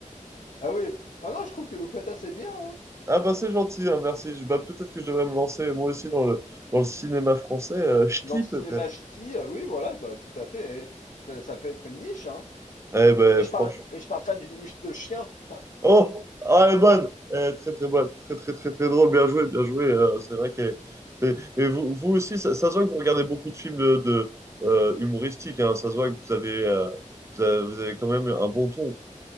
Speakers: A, on the left (about 65°); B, on the right (about 20°).
A: Ah oui. Ah non, je trouve que vous faites assez bien, hein.
B: Ah bah c'est gentil, hein, merci. Je- bah, peut-être que je devrais me lancer moi aussi dans le, dans le cinéma français. Euh, ch'ti
A: Dans le cinéma
B: peut-être.
A: ch'ti, euh, oui, voilà, bah, tout à fait. Et ça, ça peut être une niche, hein.
B: Eh ben
A: Et je
B: franchement.
A: parle, et je parle pas d'une niche de chien. <laughs>
B: Oh, ah, elle est bonne. Eh, très très bonne. Très très très très drôle. Bien joué, bien joué. Euh, c'est vrai qu'elle est- est- Et vous, vous aussi, ça, ça se voit que vous regardez beaucoup de films de, de, euh, humoristiques. hein. Ça se voit que vous avez, euh, vous avez, vous avez quand même un bon ton.